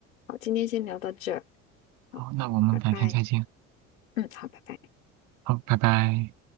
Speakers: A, on the left (about 80°); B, on the right (about 55°).
A: 好，今天先聊到这儿。好，
B: 好，那我们改天再见。
A: 拜拜。嗯，好，拜拜。拜拜。
B: 好，拜拜。